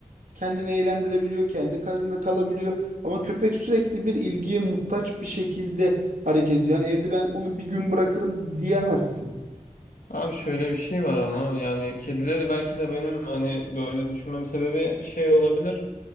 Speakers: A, on the right; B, on the left.
A: kendini eğlendirebiliyor, kendi kendine kalabiliyor. Ama köpek sürekli bir ilgiye muhtaç bir şekilde hareket ediyor. Yani evde ben onu bir gün bırakırım diyemezsin.
B: Abi şöyle bir şey var ama yani kedileri belki de benim hani böyle düşünmem sebebi şey olabilir.